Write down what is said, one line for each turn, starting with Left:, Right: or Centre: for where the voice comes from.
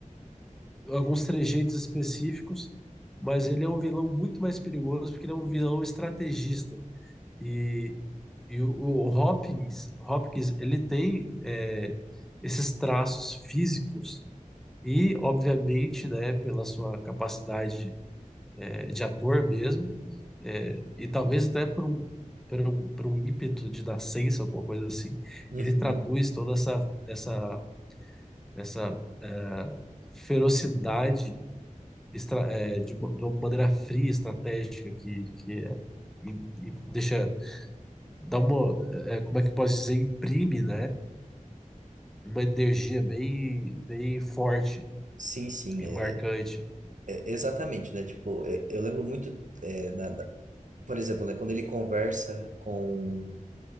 Centre: alguns trejeitos específicos, mas ele é um vilão muito mais perigoso porque ele é um vilão estrategista. E, e o, o Hopkins, Hopkins, ele tem é, esses traços físicos e, obviamente, né, pela sua capacidade é, de ator mesmo, é, e talvez até por um, por um, por um ímpeto de nascença, alguma coisa assim,
Right: uhum.
Centre: ele traduz toda essa, essa, essa é, ferocidade estra- é, de, uma- de uma maneira fria, estratégica, que, que é, e- e deixa, dá uma, é, como é que eu posso dizer, imprime, né, uma energia bem, bem forte
Right: Sim, sim,
Centre: e
Right: é,
Centre: marcante.
Right: é, exatamente, né? Tipo, é, eu lembro muito, é, da- da- por exemplo, né, quando ele conversa com